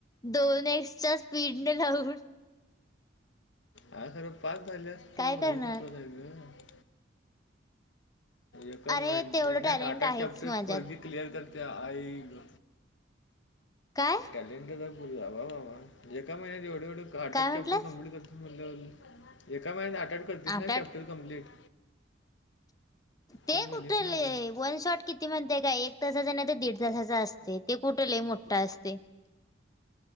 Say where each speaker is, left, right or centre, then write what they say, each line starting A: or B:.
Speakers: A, on the left; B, on the left.
A: दोन एक्सच्या स्पीडने लावून
B: आग खरं पास झाल्यास
A: काय
B: तू
A: करणार?
B: हे महत्वाच आहे ग एका
A: अरे
B: महिन्यात
A: तेवढं टॅलेंट
B: आठ-आठ
A: आहेच
B: चॅप्टर
A: माझ्यात
B: पुरगी क्लिअर करत्या आई गं
A: काय
B: <unintelligible> टॅलेंट हाय मग आ बा-बा एका महिन्यात एवढ-एवढ आठ
A: काय
B: -आठ
A: म्हंटलंस?
B: चॅप्टर कमप्लीट करत म्हल्यावर एका महिन्यात आठ -आठ करतीस
A: आता
B: ना चॅप्टर कम्प्लीट
A: ते
B: तू म्हणलीस
A: कुठ लई
B: ना आता
A: वन शॉट किती म्हणजे काय एक तासाच नाही तर दीड तासाचा असतय ते कुठ लय मोठ असतय